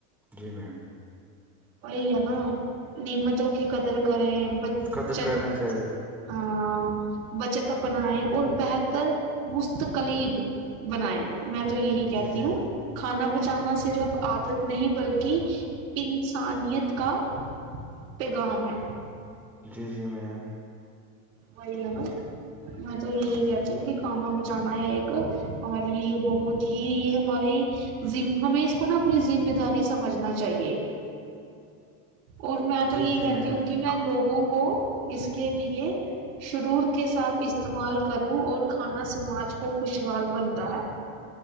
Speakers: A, in the centre; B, on the right.
A: جی میم
B: وہی ہے نا نعمتوں کی قدر کریں بچ
A: قدر کرنی چاہیے
B: ہ <unintelligible> بچت بنائے اور بہتر مستقلیب بنائے میں تو یہی کہتی
A: جی جی
B: ہوں کھانا بچانا صرف عادت نہیں بلکہ انسانیت کا پیغام ہے
A: جی جی میم
B: وہئی نا میں تو یہی کہتی ہوں کہ کھانا بچانا ہے ایک ہمارے لیے بہت ہی یہ ہماری ہمیں اس کو نا اپنی ذمہ داری سمجھنا چاہیے اور میں تو
A: جی
B: یہ
A: جی
B: کہتی
A: میم
B: ہوں کہ میں لوگوں کو اس کے لیے شرور کے ساتھ استعمال کروں اور کھانا سماج کو خوشحال بنتا ہے <inaudible>